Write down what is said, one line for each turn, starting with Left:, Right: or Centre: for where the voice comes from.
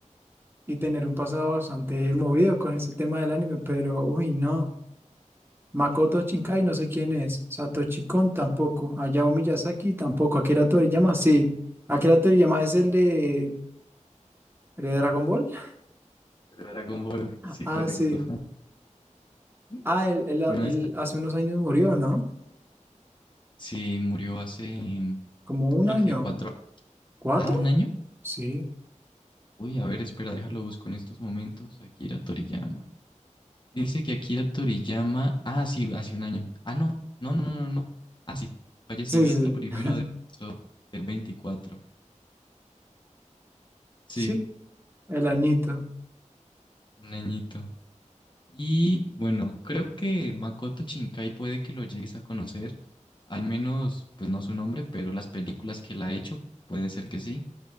Right: y tener un pasado bastante movido con ese tema del anime, pero uy, no. Makoto Shinkai, no sé quién es. Satoshi Kon tampoco. Hayao Miyazaki tampoco. Akira Toriyama, sí. Akira Toriyama es el de, el de Dragon Ball. <laughs>
Left: Dragon Ball,
Right: Ah,
Left: sí, correcto.
Right: sí.
Left: <laughs>
Right: Ah, él, él-
Left: Bueno,
Right: él
Left: esta
Right: hace unos años murió, ¿no?
Left: sí murió hace, mm,
Right: Como un
Left: creo
Right: año.
Left: que cuatro,
Right: ¿Cuatro?
Left: ah, un año.
Right: Sí.
Left: Uy, a ver, espera, déjalo busco en estos momentos. Akira Toriyama. Dice que Akira Toriyama, ah, sí, hace un año. Ah, no, no, no, no, no. no. Ah, sí, fallecimiento
Right: Sí, sí.
Left: primero
Right: <laughs>
Left: de marzo del 24. Sí,
Right: Sí, el añito.
Left: un añito. Y bueno, creo que Makoto Shinkai puede que lo llegues a conocer, al menos, pues no su nombre, pero las películas que él ha hecho, puede ser que sí,